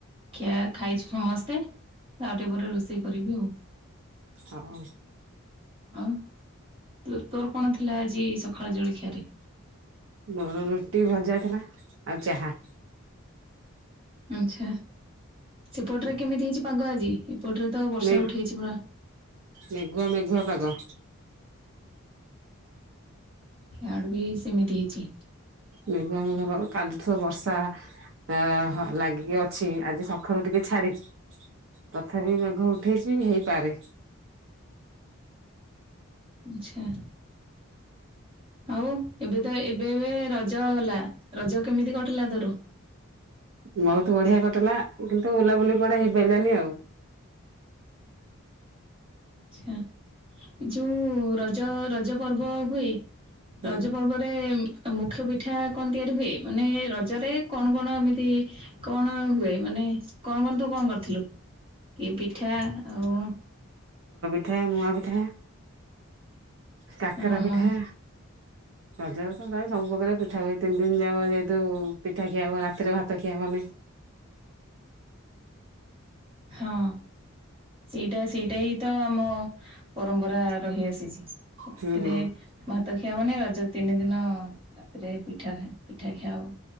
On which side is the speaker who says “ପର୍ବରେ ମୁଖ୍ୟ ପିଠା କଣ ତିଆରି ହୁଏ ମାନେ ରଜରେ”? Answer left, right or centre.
Right